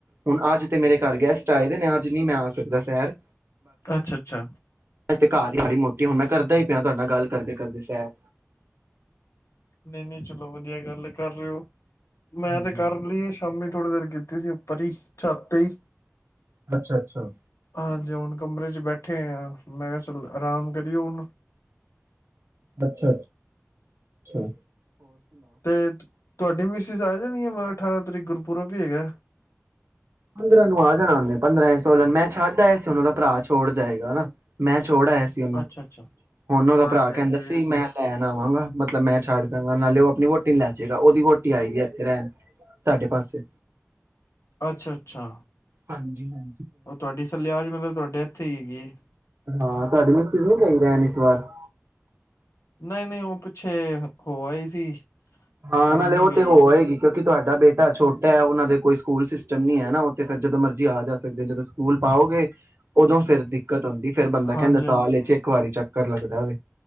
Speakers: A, on the right (about 55°); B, on the left (about 70°).
A: ਹੁਣ ਅੱਜ ਤੇ ਮੇਰੇ ਘਰ ਗੈਸਟ ਆਏ ਦੇ ਨੇ ਅੱਜ ਨਹੀਂ ਮੈਂ ਆ ਸਕਦਾ ਸੈਰ।
B: ਅੱਛਾ-ਅੱਛਾ
A: ਇਥ ਘਰ ਹੀ ਮਾੜੀ ਮੋ ਹੁਣ ਮੈਂ ਕਰਦਾ ਹੀ ਪਿਆ ਤੁਹਾਡੇ ਨਾਲ ਗੱਲ ਕਰਦੇ ਕਰਦੇ ਸੈਰ।
B: ਨਹੀਂ-ਨਹੀਂ ਚਲੋ ਵਧੀਆ ਗੱਲ ਕਰ ਰਹੇ ਹੋ। ਮੈਂ
A: ਹਾਂਜੀ
B: ਤੇ ਕਰ ਲਈ ਏ ਸ਼ਾਮੀ। ਥੋੜ੍ਹੀ ਦੇਰ ਕੀਤੀ ਸੀ ਉੱਪਰ ਹੀ ਛੱਤ ਤੇ ਹੀ।
A: ਅੱਛਾ- ਅੱਛਾ
B: ਹਾਂਜੀ ਹੁਣ ਕਮਰੇ ਚ ਬੈਠੇ ਹੋਏ ਆ, ਮੈਂ ਕਿਹਾ ਚੱਲ ਆਰਾਮ ਕਰੀਓ ਹੁਣ।
A: ਅੱਛਾ-ਅੱਛਾ
B: ਤੇ ਤੁਹਾਡੀ ਮਿਸ ਸੀ ਆ ਜਾਨ ਗੇ ਅਠਾਰਾਂ ਤਰੀਕ ਨੂੰ ਗੁਰਪੁੁਰਬ ਵੀ ਹੈਗਾ।
A: ਪੰਦਰਾਂ ਨੂੰ ਆ ਜਾਣਾ ਉਹਨੇ ਪੰਦਰਾਂ ਸੋਲਾਂ ਮੈਂ ਛੱਡ ਆਏ ਸੀ। ਉਹਨਾਂ ਦਾ ਭਰਾ ਛੋੜ ਜਾਏਗਾ ਮੈਂ ਛੋੜ ਆਇਆ ਸੀ ਉਹਨੂੰ,
B: ਅੱਛਾ ਅੱਛਾ
A: ਹੁਣ ਉਹਦਾ
B: ਹਾਂਜੀ
A: ਭਰਾ
B: ਹਾਂਜੀ
A: ਕਹਿੰਦਾ ਸੀ ਮੈਂ ਲੈ ਲੈ ਆਵਾਂਗਾ, ਮਤਲਬ ਮੈਂ ਛੱਡ ਜਾਂ ਗਾ ਨਾਲ਼ੇ ਆਪਣੀ ਵੋਹਟੀ ਲੈਜਾਗਾ, ਓਹਦੀ ਵੋਹਟੀ ਆਈ ਦੀਏ ਇਥੇ ਰਹਿਣ ਸਾਡੇ ਪਾਸੇ।
B: ਅੱਛਾ-ਅੱਛਾ
A: ਹਾਂਜੀ ਹਾਂ
B: ਉਹ ਤੁਹਾਡੀ ਸਲਿਆਜ ਮਤਲਬ ਤੁਹਾਡੇ ਇੱਥੇ ਹੀ ਹੈਗੀ ਏ।
A: ਹਾਂ ਤੁਹਾਡੀ ਮਿਸਜ਼ ਨਹੀਂ ਗਈ ਰਹਿਣ ਇਸ ਵਾਰ।
B: ਨਹੀਂ-ਨਹੀਂ, ਉਹ ਪਿੱਛੇ ਹੋ ਆਈ ਸੀ।
A: ਹਾਂ
B: ਹੁਣ
A: ਨਾਲੇ
B: ਨੀ
A: ਉਹ
B: ਗਈ।
A: ਤੇ ਹੋ ਆਏਗੀ ਕਿਉਂਕਿ ਤੁਹਾਡਾ ਬੇਟਾ ਛੋਟਾ ਹੈ ਉਹਨਾਂ ਦੇ ਕੋਈ ਸਕੂਲ ਸਿਸਟਮ ਨੀ ਹੈ ਨਾ ਉਥੇ ਫੇਰ ਜਦੋਂ ਮਰਜ਼ੀ ਆ ਜਾ ਸਕਦੇ ਜਦੋਂ ਸਕੂਲ ਪਾਓਗੇ ਉਦੋਂ ਫੇਰ ਦਿੱਕਤ ਹੁੰਦੀ ਫੇਰ ਬੰਦਾ
B: ਹਾਂਜੀ
A: ਕਹਿੰਦਾ ਸਾਲ
B: ਹਾਂਜੀ
A: ਇਹ ਚ ਇੱਕ ਵਾਰੀ ਚੱਕ ਕਰ ਲੱਗਦਾ ਵੇ